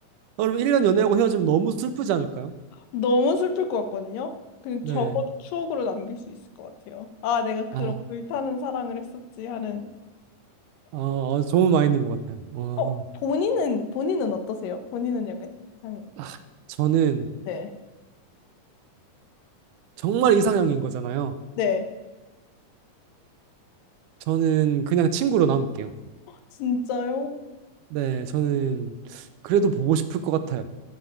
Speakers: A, on the right; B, on the left.
A: 그럼 1년 연애하고 헤어지면 너무 슬프지 않을까요?
B: 너무 슬플 것 같거든요. 그냥
A: 네.
B: 적어도 추억으로 남길 수 있을 것 같아요. 아, 내가 그런
A: 아,
B: 불타는 사랑을 했었지 하는.
A: 어, 어, 좋은 마인드인 것 같아요. 어,
B: 어, 본인은, 본인은 어떠세요? 본인은 약간 이상해.
A: 아, 저는
B: 네.
A: 정말 이상형인 거잖아요.
B: 네.
A: 저는 그냥 친구로 남을게요.
B: 진짜요?
A: 네, 저는 그래도 보고 싶을 것 같아요.